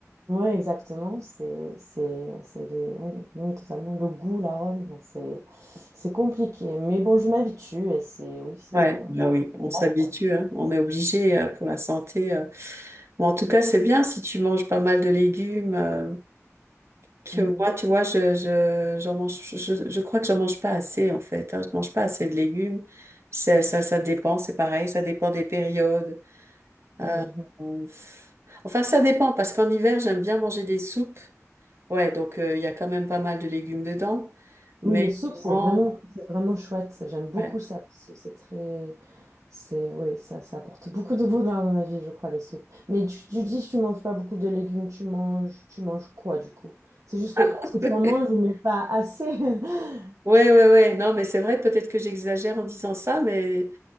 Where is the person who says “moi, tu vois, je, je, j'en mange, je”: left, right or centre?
Right